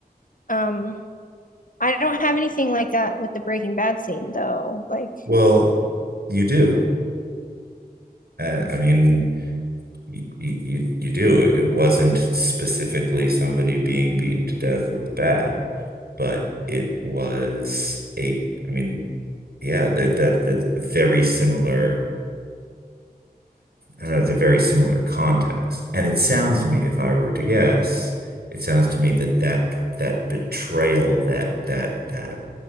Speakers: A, on the left (about 55°); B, on the right (about 80°).
A: um I don't have anything like that with the Breaking Bad scene though. Like,
B: Well, you do. Uh, I mean, you, you, you do. It wasn't specifically somebody being beaten to death with a bat, but it was a, I mean, yeah, that, that, that very similar uh, it's a very similar context. And it sounds to me, if I were to guess, it sounds to me that that that betrayal, that that that